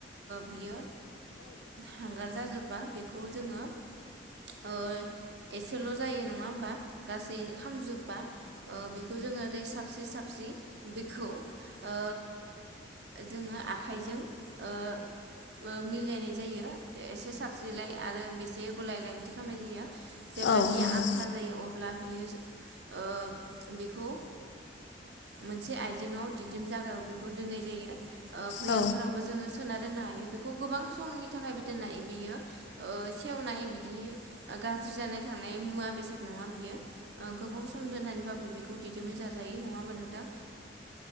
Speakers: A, on the right; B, on the left.
A: बियो हांगार जाजोब बा बेखौ जोङो ओ एसेल' जायो नङा होमबा गासै खामजोबबा ओ बेखौ जोङो दै साबस्रि साबस्रि बेखौ ओ जोङो आखाइजों ओ मिलायनाय जायो एसे साबस्रिलाय आरो बेसे गुलायलाय बिदि खालामनाय जायो। जेब्ला
B: औ
A: बियो
B: नंगौ
A: आमथा जायो अ ल्बा बियो ओ बेखौ मोनसे आइजेंआव दिहुन बिदिम जागायाव बेखौ दोननाय जायो। ओ भैयामफोरावबो
B: औ नंगौ औ
A: जोङो सोना दोननो हायो बेखौ गोबां समनि थाखायबो दोननाय बियो ओ सेवनाय बिदि गाज्रि जानाय थांनाय मुवा बेसाद नङा बियो। गोबाव सम दोननानैबाबो बि खौ दिदोमै जाजायो नङा होमबा नोंथां